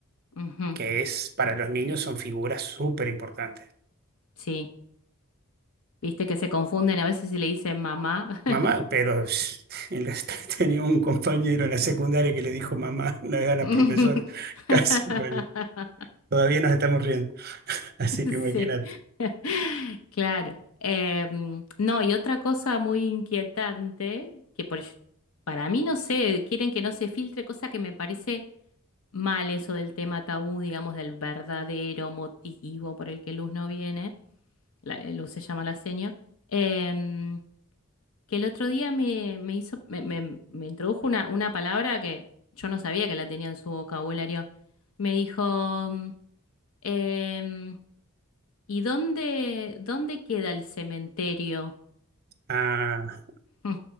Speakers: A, on the left (about 80°); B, on the right (about 45°).
A: Ujú,
B: que es, para los niños son figuras súper importantes.
A: Sí, viste que se confunden a veces si le dicen mamá. <laughs>
B: Mamá, pero <laughs> en la- tenía un compañero en la secundaria que le dijo mamá una vez a la
A: <laughs>
B: profesora, <laughs> casi, bueno. Todavía nos estamos riendo. <laughs> Así que
A: Sí,
B: imagínate.
A: <laughs> claro. Em, no, y otra cosa muy inquietante, que por, para mí no sé, quieren que no se filtre, cosa que me parece mal eso del tema tabú, digamos, del verdadero motivo por el que Luz no viene. la- eh, Luz se llama la seño, em, que el otro día me, me hizo, me, me- me introdujo una, una palabra que yo no sabía que la tenía en su vocabulario. Me dijo, mm, em, ¿y dónde, dónde queda el cementerio?
B: Ah,
A: Mm.